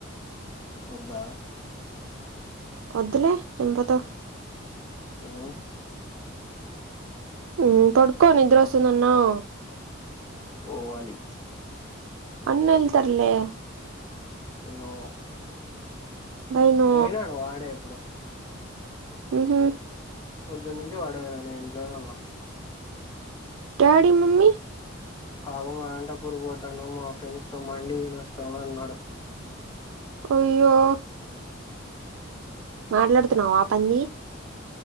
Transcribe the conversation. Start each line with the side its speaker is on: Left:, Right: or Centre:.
Left: వద్దా
Right: వద్దులే ఏం పోతావ్
Left: ఏమి
Right: మ్ పడుకో నిద్రోస్తుంది అన్నావ్
Left: పోవాలి
Right: అన్నేల్తర్లే
Left: నో
Right: బై నో
Left: పోయినాడు వాడే ఇప్పుడు.
Right: ఉహు
Left: పొద్దున్నుంచి వాడే నేను ఇంట్లోనే ఉన్న.
Right: డాడీ, మమ్మీ
Left: అవును అనంటపూర్ పోతాను, మా ఫ్రెండ్స్ తో మండి తిని వస్తాను అన్నాడు.
Right: అయ్యో మాట్లాడుతున్నావ పంది